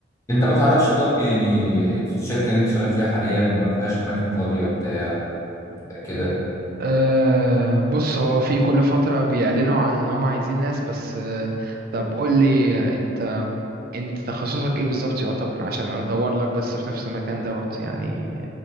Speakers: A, on the left (about 15°); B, on the right (about 55°).
A: انت ما تعرفش طب يعني الشركه اللي انت شغال فيها حاليا ما فيهاش اماكن فاضيه بتاع كده
B: أه بص هو في كل فترة بيعلنوا عن ان هم عايزين ناس بس أه طب قول لي آه، انت انت تخصصك ايه بالظبط يعتبر عشان انا ادور لك بس في نفس المكان دوت يعني